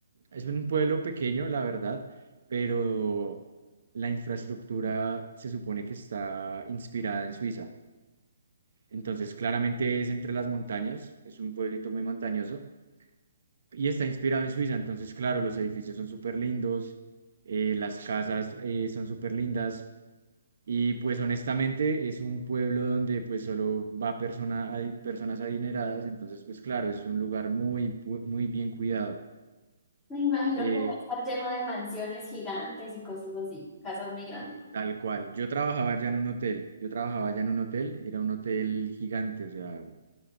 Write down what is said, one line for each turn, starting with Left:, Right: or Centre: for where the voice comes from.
Right: es un pueblo pequeño, la verdad, pero la infraestructura se supone que está inspirada en Suiza. Entonces, claramente es entre las montañas, es un pueblito muy montañoso y está inspirado en Suiza, entonces, claro, los edificios son súper lindos, eh, las casas eh, son súper lindas, y pues honestamente es un pueblo donde pues solo va persona, adi- personas adineradas, entonces, pues claro, es un lugar muy, pu- muy bien cuidado,
Left: Me imagino
Right: eh,
Left: que va a estar lleno de mansiones gigantes y cosas así, casas muy grandes.
Right: y tal cual. Yo trabajaba ya en un hotel, yo trabajaba ya en un hotel, era un hotel gigante, o sea,